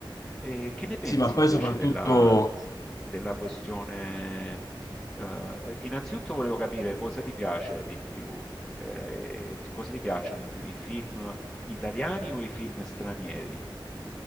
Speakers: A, in the centre; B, on the left.
A: E che ne pensi
B: Sì, ma poi
A: invece
B: soprattutto,
A: della, della questione? eh, innanzitutto volevo capire cosa ti piace di più eh, ti- cosa ti piacciono di più? I film italiani o i film stranieri?